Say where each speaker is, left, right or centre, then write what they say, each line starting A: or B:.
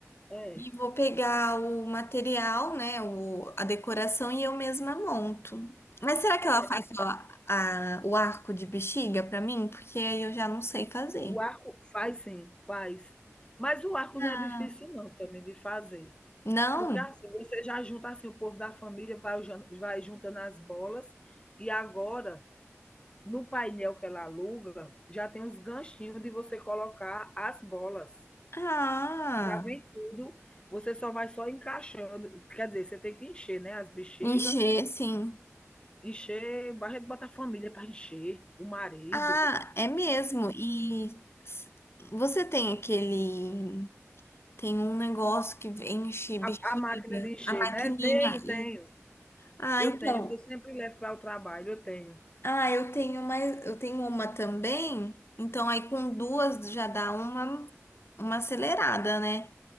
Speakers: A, on the left (about 20°); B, on the left (about 55°).
A: É.
B: E vou pegar o material, né, o, a decoração e eu mesma monto. Mas será que
A: É,
B: ela faz só a- o arco de bexiga pra mim? Porque aí eu já não sei fazer.
A: O arco faz sim, faz. Mas o arco não
B: Ah,
A: é difícil não também de fazer,
B: não?
A: porque assim, você já junta assim o povo da família, vai jan- vai juntando as bolas, e agora no painel que ela aluga, já tem uns ganchinhos de você colocar as bolas.
B: Ah,
A: Já vem tudo, você só vai só encaixando, quer dizer, você tem que encher, né, as bexigas
B: encher, sim.
A: encher, Barreto bota a família para encher, o marido,
B: Ah, é mesmo. E s- você tem aquele, tem um negócio que enche bexiga,
A: a a máquina de encher,
B: a maquininha
A: né? Tenho,
B: e
A: tenho.
B: Ah,
A: Eu
B: então.
A: tenho, que eu sempre levo para o trabalho, eu tenho.
B: Ah, eu tenho mais, eu tenho uma também. Então aí com duas já dá uma uma acelerada, né?